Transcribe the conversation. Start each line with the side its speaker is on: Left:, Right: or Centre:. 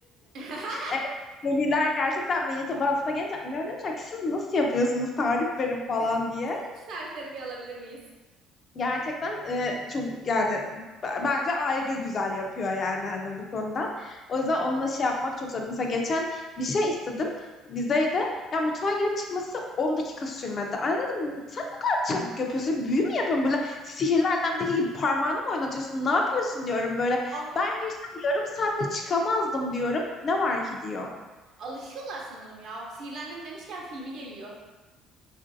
Right: <laughs>
Left: E, Veliler gerçekten veli toplantısına gelince anneme demişler ki siz nasıl yapıyorsunuz tarif verin falan
Right: Sizden
Left: diye.
Right: şu tarifleri bir alabilir miyiz?
Left: Gerçekten e, çok yani b- bence ayrı güzel yapıyor yani hani bu konuda. O yüzden onunla şey yapmak çok zor. Mesela geçen bir şey istedim bizeyde. Ya mutfağa girip çıkması 10 dakika sürmedi. Ay dedim sen ne kadar çabuk yapıyorsun? Büyü mü yapıyorsun böyle? Sihirli annemdeki gibi parmağını mı oynatıyorsun? Ne yapıyorsun diyorum böyle.
Right: Aa,
Left: Ben girsem yarım saatte çıkamazdım diyorum. Ne var ki diyor.
Right: alışıyorlar sanırım ya. Sihirli Annem demişken filmi geliyor.